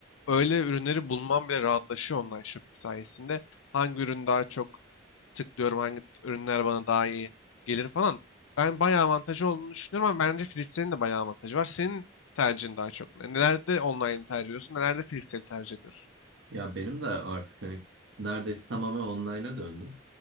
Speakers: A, on the left (about 85°); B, on the right (about 65°).
A: Öyle ürünleri bulmam bile rahatlaşıyor online shopping sayesinde. Hangi ürün daha çok tıklıyorum, hangi ürünler bana daha iyi gelir falan. Ben bayağı avantajı olduğunu düşünüyorum ama bence Philips'in de bayağı avantajı var. Senin tercihin daha çok ne? Nelerde online tercih ediyorsun, nelerde fiziksel tercih ediyorsun?
B: Ya benim de artık hani neredeyse tamamen online'a döndüm.